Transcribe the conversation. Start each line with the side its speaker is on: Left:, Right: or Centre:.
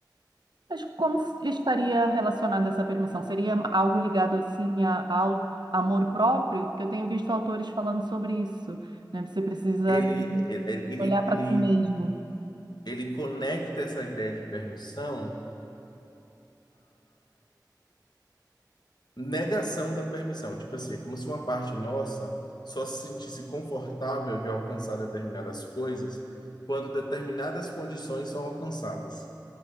Right: Mas como estaria relacionada essa permissão? Seria algo ligado assim a- ao amor próprio? Porque eu tenho visto autores falando sobre isso, né? Você precisa
Left: Ele,
Right: assim,
Left: ele, ele,
Right: olhar para
Left: ele
Right: si mesmo.
Left: ele conecta essa ideia de permissão negação da permissão. Tipo assim, é como se uma parte nossa só se sentisse confortável de alcançar determinadas coisas quando determinadas condições são alcançadas.